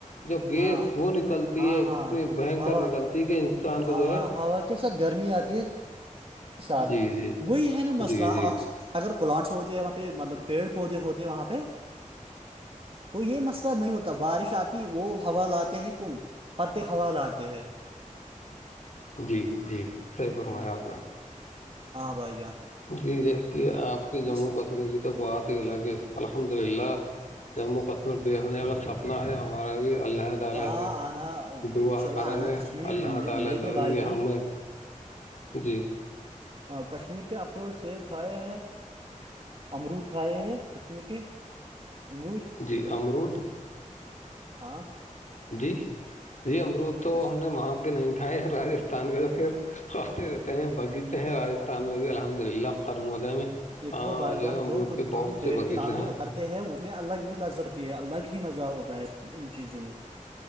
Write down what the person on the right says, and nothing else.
ہاں
ہاں
ہاں
ہوا
ہاں
ہاں ہوا کے ساتھ گرمی آتی ہے ساتھ
میں
وہی ہے نا مس
آکس
اگر پلاانٹس ہوتےاں پہ مطلب پیڑ پودے ہوتے ہیں وہاں پہ تو یہ مسئلہ نہیں ہوتا بارش آتی وہ ہوا لاتے ہیں کون پتے حواال آتے ہیں
ہ
بھائی جان
اس
آ
آنا انشاء
اللہ
آنا
کشمیر
مل
ملے
گے
بھائی جان
ہاں کشمیر کے اخروٹ سیب کھائے ہیں امرود کھائے ہیں کشمیر کے انگور
ہاں
کشمیر
دیکھو بھائی جان
جو خود
ہم پیڑ
کے سامنے
اترتے اس میں الگ ہی لذت ہوتی ہے الگ ہی مزہ ہوتا ہے ان چیزوں میں